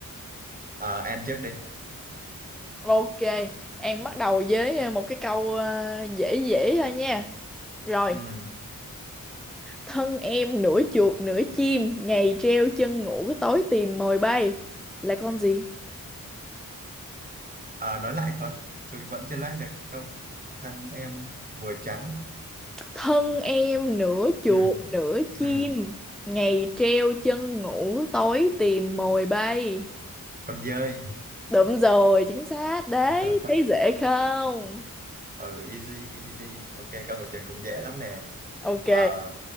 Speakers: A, on the right (about 25°); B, in the centre.
A: Ờ, An trước đi
B: Ok, em bắt đầu với ờ, một cái câu ờ, dễ dễ thôi nha. Rồi,
A: ừ.
B: Thân em nửa chuột nửa chim, ngày treo chân ngủ tối tìm mồi bay. Là con gì?
A: Ờ, nói lại coi tôi vẫn chưa lát được cái câu thân em vừa trắng
B: Thân em nửa chuột
A: ừ.
B: nửa chim,
A: Ừ.
B: ngày treo chân ngủ tối tìm mồi bay.
A: con dơi
B: Đúng rồi, chính xác đấy,
A: <laughs>
B: thấy dễ không?
A: ừ easy easy ok câu của Trường cũng dễ lắm nè
B: Ok,
A: Ờ,